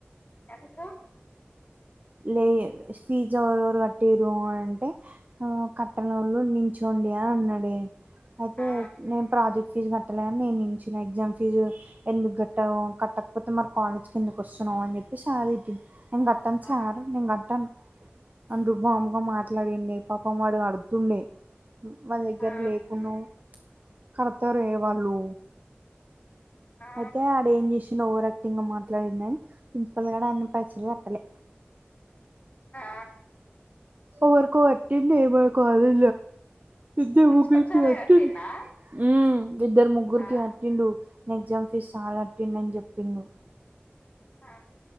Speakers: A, on the left; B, on the right.
A: ఎందుకు
B: లే ఫీజ్ ఎవరెవరు కట్టిరు అంటే కట్టెనళ్లు నించోండి అని ఉన్నాడు అయితే
A: ఆ
B: నేను ప్రాజెక్ట్ ఫీజు కట్టలేని నేను నించున ఎగ్జామ్ ఫీజు ఎందుకు గట్టావు కట్టకపోతే మరి కాలేజ్ కి ఎందుకు వస్తున్నావు అని చెప్పి సార్ తిట్టిండు నేను కట్ట సార్
A: ఆ
B: నేను కట్టాను అంటూ బామ్మగా మాట్లాడిడి పాపమ్ మాడు అడుతుండే మా దగ్గర
A: ఆ
B: లేకున్నా కడుతారే వాళ్ళు
A: ఆ
B: అయితే ఆడు ఏం చేసిండు ఓవర్ యాక్టింగ్ మాట్లాడిండ అని ప్రిన్సిపాల్ గడ అనీ పైసలు కట్టలే
A: ఆ
B: వరకో వటింట ఏ మకు అదు ఇద్దే
A: ప్రిన్సిపల్
B: ఉఊగైకి
A: సారే
B: వెటి
A: కట్టిండా
B: ఉమ్ ఇద్దరు ముగ్గురికి
A: ఆ
B: కట్టిండు నా ఎగ్జామ్ ఫీజ్ సార్ కట్టిండు అని చెప్పిండు
A: ఆ